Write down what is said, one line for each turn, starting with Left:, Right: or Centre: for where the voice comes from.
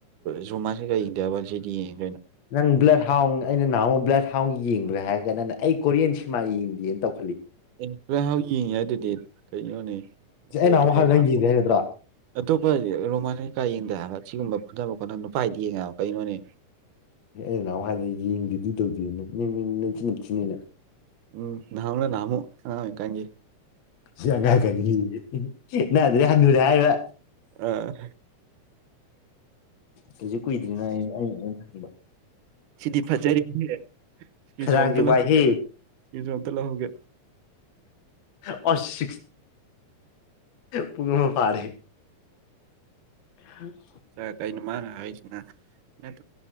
Right: ꯖꯨꯃꯥꯟꯁꯤꯒ ꯌꯦꯡꯗꯦ ꯍꯥꯏꯕ ꯋꯥꯅꯤ ꯁꯤꯗꯤ ꯌꯦꯡꯉꯦ
Left: ꯅꯪ ꯕ꯭ꯂꯠ ꯍꯥꯎ ꯑꯩꯅ ꯅꯍꯥꯟꯋꯥ ꯕ꯭ꯂꯠ ꯍꯥꯎ ꯌꯦꯡꯕ꯭ꯔꯦ ꯍꯥꯏꯔꯒ ꯅꯪꯅ ꯑꯩ ꯀꯣꯔꯤꯌꯥꯟ ꯁꯤꯃꯥ ꯌꯦꯡꯕꯤꯦꯅ ꯇꯧ
Right: ꯑꯦ ꯄꯨꯔ ꯍꯥꯎ ꯌꯦꯡꯉꯤ ꯍꯥꯏ ꯑꯗꯨꯗꯤ ꯀꯩꯅꯣꯅꯦ
Left: ꯁꯤ ꯑꯩ ꯅꯍꯥꯟꯃꯨꯛ
Right: ꯇꯣ ꯈꯔ
Left: ꯍꯥꯏꯕ
Right: ꯆꯄ
Left: ꯅꯪ ꯌꯦꯡꯗꯦ ꯍꯥꯏ ꯅꯠꯇ꯭ꯔꯣ
Right: ꯑꯇꯣꯞꯄ ꯔꯣꯃꯅꯤ ꯀꯥ ꯌꯦꯡꯗ ꯍꯥꯏ ꯑꯁꯤꯒꯨꯝꯕ ꯈꯣꯠꯅꯅꯕ ꯈꯣꯠꯅ ꯅꯨꯄꯥꯥꯏꯗꯤ ꯌꯦꯡꯉ ꯀꯩꯅꯣꯅꯦ
Left: ꯑꯦ ꯑꯩ ꯅꯅꯥꯎꯋꯥ ꯍꯥꯏꯗ ꯌꯦꯡꯈꯤꯗꯨ ꯇꯧꯗꯦꯅ ꯅꯁꯤꯤ ꯅꯞꯁꯤꯤꯅꯤꯅꯦ
Right: ꯎꯝ ꯅꯍꯥꯟꯃꯨꯛꯂ ꯅꯍꯥꯟꯃꯨꯛ ꯑꯉꯥꯡ ꯑꯣꯏꯔꯤꯀꯥꯟꯒꯤ
Left: ꯁꯪꯉꯀꯅꯤ ꯅꯗ꯭ꯔꯗꯤ ꯍꯟꯅꯨꯔꯦ ꯍꯥꯏꯕ
Right: ꯑ
Left: ꯀꯩꯁꯨ ꯀꯨꯏꯗ꯭ꯔꯤꯅꯣ ꯑ ꯑꯩꯅꯩꯅ ꯍꯪꯕ
Right: ꯁꯤꯗꯤ ꯐꯖꯔꯤꯦ ꯁꯤꯁꯨ
Left: ꯈꯗꯥꯡꯁꯦ
Right: ꯑꯝꯇ ꯂꯧꯍꯧꯒꯦ
Left: ꯋꯥꯏꯍꯦ
Right: ꯁꯤꯁꯨ ꯑꯝꯇ ꯂꯧꯍꯧꯒꯦ
Left: ꯑꯣꯁ ꯄ ꯄꯔꯦ <unintelligible>
Right: ꯞ ꯆꯩꯅ ꯃꯥꯅ ꯍꯥꯏꯁꯤꯅ ꯅ